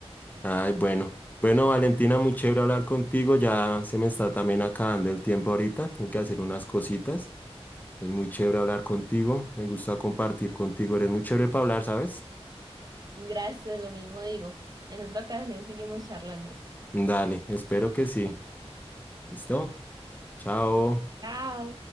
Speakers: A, on the left; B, on the right.
A: Ay, bueno. Bueno, Valentina, muy chévere hablar contigo. Ya se me está también acabando el tiempo ahorita. Tengo que hacer unas cositas. Es muy chévere hablar contigo. Me gusta compartir contigo. Eres muy chévere para hablar, ¿sabes?
B: Gracias, lo mismo digo. En otra ocasión seguimos charlando.
A: Dale, espero que sí. ¿Listo? Chao.
B: Chao.